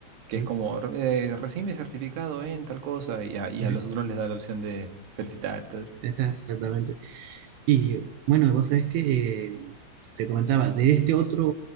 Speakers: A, on the right; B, on the right.
A: que
B: sí,
A: es como, "Re- eh, recibí mi certificado en tal cosa y a, y
B: sí,
A: a los otros les da la opción de felicitar, entonces.
B: esa, exactamente. Y bueno, vos sabés que eh, te comentaba, de este otro